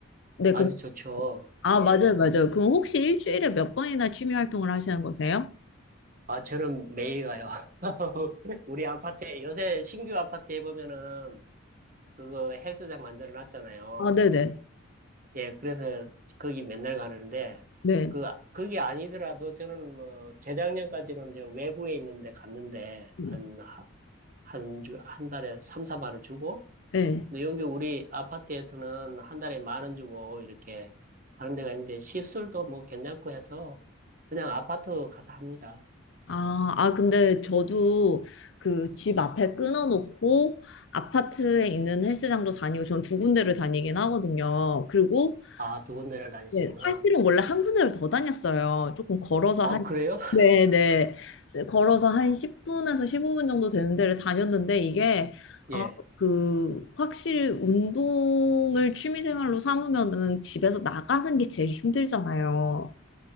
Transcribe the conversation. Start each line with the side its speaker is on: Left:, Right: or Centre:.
Left: 네,
Right: 아주
Left: 그럼,
Right: 좋죠.
Left: 아,
Right: 예.
Left: 맞아요, 맞아요. 그럼 혹시 일주일에 몇 번이나 취미 활동을 하시는 거세요?
Right: 아, 저는 매일 가요. <laughs> 우리 아파트에, 요새 신규 아파트에 보면은 그거 헬스장 만들어 놨잖아요.
Left: 아, 네네.
Right: 예, 그래서 거기 맨날 가는데,
Left: 네.
Right: 그, 그게 아니더라도 저는 뭐, 재작년까지는 이제 외부에 있는데 갔는데,
Left: 네.
Right: 한, 하- 한, 주- 한 달에 3, 4만 원 주고,
Left: 네.
Right: 근데 여기 우리 아파트에서는 한 달에 만 원 주고 이렇게 하는 데가 있는데 시술도 뭐 괜찮고 해서 그냥 아파트 가서 합니다.
Left: 아, 아, 근데 저도 그 집 앞에 끊어놓고 아파트에 있는 헬스장도 다니고 전 두 군데를 다니긴 하거든요. 그리고
Right: 아, 두 군데를 다니시구나.
Left: 네, 사실은 원래 한 군데를 더 다녔어요. 조금 걸어서
Right: 어,
Left: 한,
Right: 그래요? <laughs>
Left: 네네. 걸어서 한 10분에서 15분 정도 되는 데를 다녔는데 이게
Right: 예,
Left: 아, 그 확실히 운동을 취미생활로 삼으면은 집에서 나가는 게 제일 힘들잖아요.